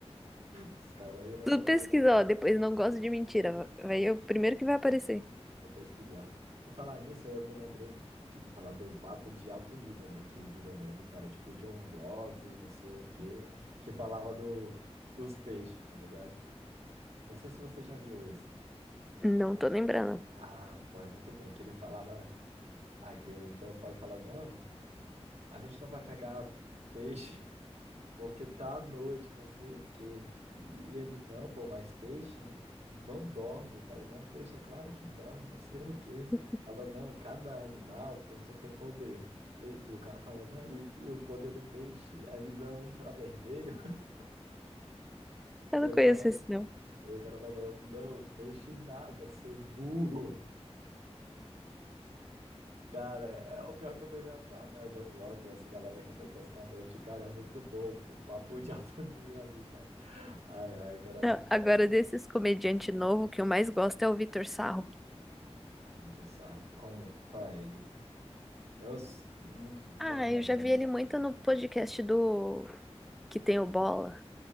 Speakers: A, on the right (about 80°); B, in the centre.
A: Os caras irônicos
B: Tu pesquisa,
A: pra cara.
B: ó, depois não gosto de mentira, vai é o primeiro que vai aparecer.
A: Vou pesquisar. Em falar nisso, eu me lembrei de que tu falou do papo de alto nível, né? Que virou meme, que era tipo John Vlogs e não sei o quê, que falava do, dos peixes, tá ligado? Não sei se você já viu esse.
B: Não tô lembrando.
A: Ah, ah, pô, é muito bom. Que ele falava. Ah, que o John Vlog fala: não, a gente não vai pegar peixe. porque tá à noite, não sei o quê. E, e eles, não, pô, mas peixe não, não dorme. Falou, não, peixe é claro que dorme, não sei o quê.
B: <laughs>
A: Falou, não, cada animal tem um superpoder. E, e o cara falando, não, e, e o poder do peixe é visão infravermelho. <laughs>
B: Eu
A: Daí
B: não
A: o
B: conheço
A: cara falou,
B: esse, não.
A: daí o cara falou, não, peixe nada, seu burro. Cara, é o pior que é o meme atual, né? O John Vlog dessa galera que foi pescar à noite. Cara, é muito bom o papo de <laughs> alto nível ali, cara. Ai, ai, cara, assisti
B: Não, Agora, desses comediante novo, o que eu mais gosto é o Vitor Sarro.
A: Ah, Vitor Sarro, como, qual é ele? Eu s- não t-
B: Ah,
A: tô lembrando
B: eu já
A: pra não.
B: vi ele muito no podcast do que tem o Bola.